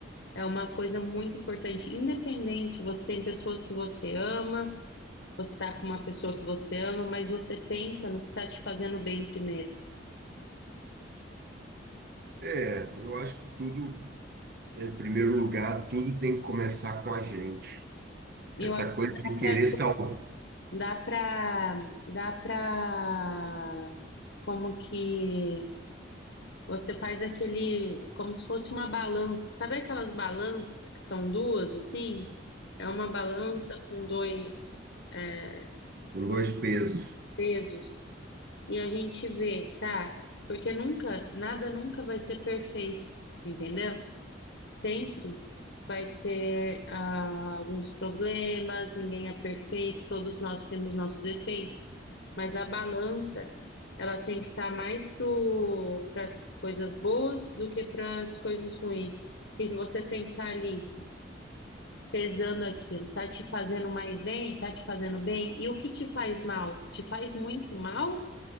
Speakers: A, on the left; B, on the right.
A: é uma coisa muito importante. Independente, você tem pessoas que você ama você está com uma pessoa que você ama, mas você pensa no que está te fazendo bem primeiro.
B: É, eu acho que tudo, é, em primeiro lugar, tudo tem que começar com a gente.
A: E
B: Essa
A: Eu acho
B: coisa
A: que dá
B: de querer
A: para
B: salvar.
A: dá para dá para como que você faz aquele como se fosse uma balança. Sabe aquelas balanças que são duas assim? É uma balança com dois é,
B: com dois pesos.
A: pesos e a gente vê, tá? Porque nunca, nada nunca vai ser perfeito, entendeu? Sempre vai ter ah, alguns problemas, ninguém é perfeito, todos nós temos nossos defeitos, mas a balança, ela tem que estar mais para as coisas boas do que para as coisas ruins. E se você tem que estar ali pesando aquilo, tá te fazendo mais bem, tá te fazendo bem, e o que te faz mal? Te faz muito mal?